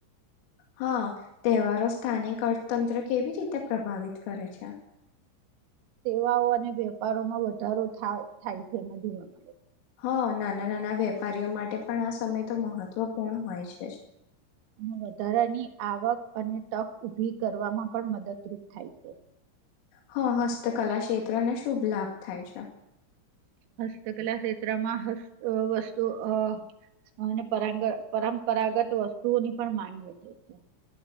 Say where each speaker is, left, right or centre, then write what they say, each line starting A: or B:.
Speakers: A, on the left (about 75°); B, on the right (about 80°).
A: હા તહેવારો સ્થાનિક અર્થતંત્ર કેવી રીતે પ્રભાવિત કરે છે?
B: સેવાઓ અને વે વેપારોમાં વધારો થાય થાય છે, એમાં જોવા
A: હા નાના નાના વેપારીઓ માટે પણ આ સમય તો મહત્વપૂર્ણ હોય છે જ.
B: અને વધારાની આવક અને તક ઉઊભી કરવામાં પણ મદદરૂપ થાય છે.
A: હા હસ્તકલા ક્ષેત્રને શુભ લાભ થાય છે.
B: હસ્તકલા ક્ષેત્રમાં હત વસ્તુ અને અને પરંપરાગત વસ્તુઓની પણ માંગ વઠે છે.